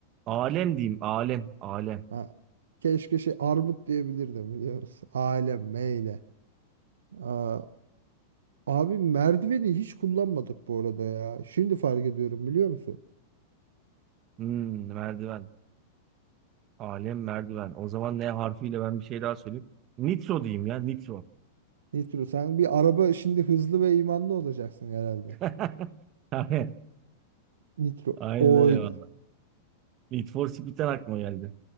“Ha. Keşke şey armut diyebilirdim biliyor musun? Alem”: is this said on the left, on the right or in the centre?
Right